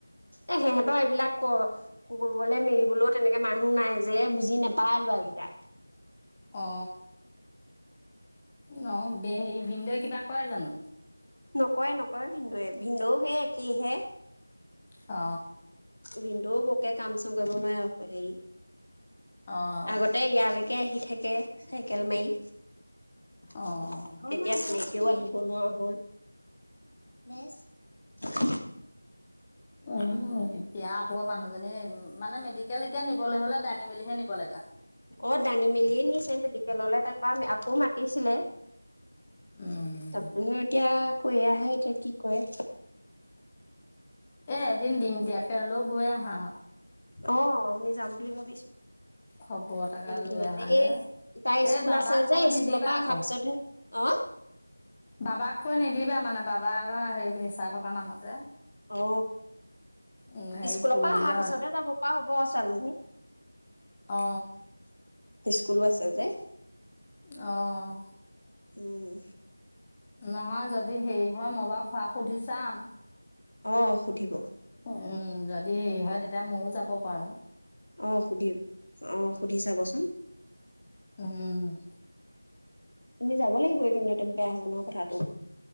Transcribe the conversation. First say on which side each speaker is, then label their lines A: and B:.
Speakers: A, on the left (about 65°); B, on the left (about 15°).
A: এ সিহঁতৰ এইবিলাক কৰিবলৈ মেলিবলৈও তেনেকে মানুহ নাই যে বুজি নাপায় লৰা কেইটাই
B: অ ন হ ভিনদৌ এ কিবা কৰে জানো?
A: নকৰে নকৰে ভিনদৌয়ে ভিনদৌ সেই একেইহে
B: অ।
A: ভিনদৌ বৰকে কাম চাম কৰিব নোৱাএ হেৰি
B: অ',
A: আগতে ইয়ালে তাকে আহি থাকে চাইকেল মাৰি। এতিয়া
B: অ',
A: তেনেই কেও আহিব নোৱাৰা হ'ল। মেছ
B: উমম এতিয়া আকৌ মানুহজনী মানে মেডিকেল এতিয়া নিবলৈ হলে দাঙি মেলিহে নিব লাগা।
A: অ দাঙি মেলিয়ে নিছে মেডিকেললৈ তাৰপৰা আকৌ মাতিছিলে।
B: উম,
A: তাৰপিছত এতিয়া কৈ আহে এতিয়া কি কয়?
B: এ এদিন দিন দিয়াকে হলেও গৈ আহা।
A: অ আমি যাম বুলি ভাবিছো।
B: খবৰ তাকে
A: এইকেইদিনতে
B: লৈ আহাগে
A: এই তাই
B: এই
A: স্কুল
B: বাবাক
A: আছে যে
B: কৈ নিদিবা
A: স্কুলৰ পৰা অহাৰ
B: আকৌ
A: পিছতহে অ
B: বাবাক কৈ নিদিবা মানে বাবা বা হেৰি চাই থকা মানুহ যে
A: অ
B: উম, হেৰি
A: স্কুলৰ
B: কৈ
A: পৰা
B: দিলে
A: অহাৰ পিছতে যাব পৰা হ'ব ছোৱালীজনী।
B: অ
A: স্কুলো আছে যে।
B: অঁ
A: উম
B: নহয় যদি হেৰি হয় মই বাৰু খোৱক সুধি চাম
A: অ সুধিব
B: উম যদি হেৰি হয় তেতিয়া ময়ও যাব পাৰো।
A: আহ সুধি আহ সুধি চাবচোন।
B: উম,
A: তুমি যাব লাগিবই কিন্তু বেয়া হব নহয় কথাটো।